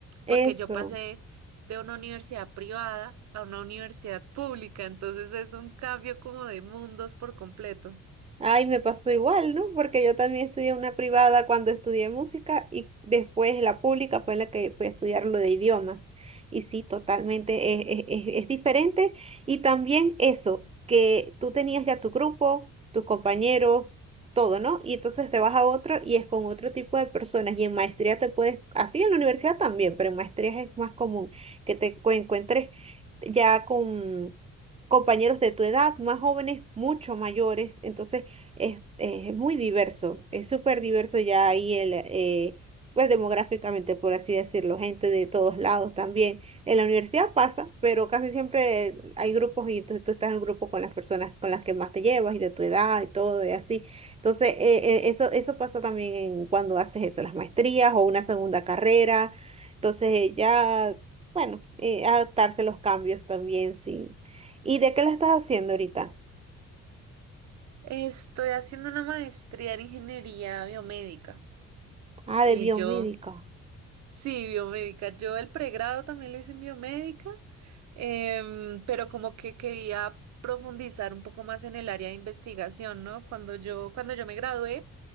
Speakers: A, on the right; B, on the right.
A: eso.
B: porque yo pasé de una universidad privada a una universidad pública, entonces es un cambio como de mundos por completo.
A: Ay, me pasó igual, ¿no? Porque yo también estudié una privada cuando estudié música y después la pública fue la que fue a estudiar lo de idiomas. Y sí, totalmente es, es, es- es diferente. Y también eso, que tú tenías ya tu grupo, tus compañeros, todo, ¿no? Y entonces te vas a otro y es con otro tipo de personas. Y en maestría te puedes, así en la universidad también, pero en maestría es más común que te cu- encuentres ya con compañeros de tu edad, más jóvenes, mucho mayores. Entonces, es, es muy diverso, es súper diverso ya ahí el, eh, pues demográficamente, por así decirlo, gente de todos lados también. En la universidad pasa, pero casi siempre hay grupos y entonces tú estás en grupo con las personas con las que más te llevas y de tu edad y todo y así. Entonces, eh, eh, eso, eso pasa también en cuando haces eso, las maestrías o una segunda carrera. Entonces, eh, ya, bueno, eh, adaptarse a los cambios también, sí. ¿Y de qué la estás haciendo ahorita?
B: Estoy haciendo una maestría en ingeniería biomédica.
A: Ah, de
B: Y
A: biomédica.
B: yo, sí, biomédica. Yo el pregrado también lo hice en biomédica, em, pero como que quería profundizar un poco más en el área de investigación, ¿no? Cuando yo, cuando yo me gradué,